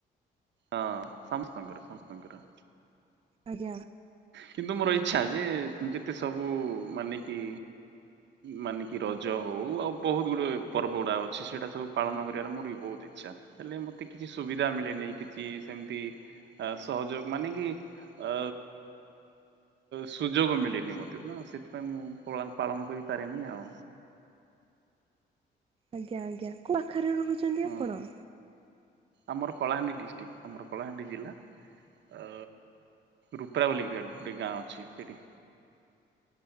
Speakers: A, on the right (about 65°); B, on the right (about 30°).
A: ହଁ ସମସ୍ତଙ୍କର ସମସ୍ତଙ୍କର।
B: ଆଜ୍ଞା।
A: କିନ୍ତୁ ମୋର ଇଚ୍ଛା, ଯେ ଯେତେ ସବୁ ମାନେ କି ମାନେ କି ରଜ ହଉ, ଆଉ ବହୁତ ଗୁଡେ ପର୍ବ ଗୁଡା ଅଛି ସେଇଟା ସବୁ ପାଳନ କରିବାର ମୋର ବି ବହୁତ ଇଚ୍ଛା। ହେଲେ ମତେ କିଛି ସୁବିଧା ମିଳେନି, କି ସିଏ ସେମିତି, ଆ ସହଯୋଗ ମାନେ କି ଅ ସୁଯୋଗ ମିଳିନି ମୋତେ ନା ସେଥିପାଇଁ ମୁଁ ପଳାନ ପାଳନ କରିପାରିନି ଆଉ।
B: ଆଜ୍ଞା ଆଜ୍ଞା, କୋଉ ଆଖରେ ରହୁଛନ୍ତି
A: ହଁ
B: ଆପଣ?
A: ଆମର କଳାହାଣ୍ଡି ଡିଷ୍ଟ୍ରିକ୍ଟ, ଆମର କଳାହାଣ୍ଡି ଜିଲ୍ଲା। ଆ ରୁପ୍ରା ବୋଲି ଗ୍ରାଟ ଗୋଟେ ଗାଁ ଅଛି ସେଇଠି।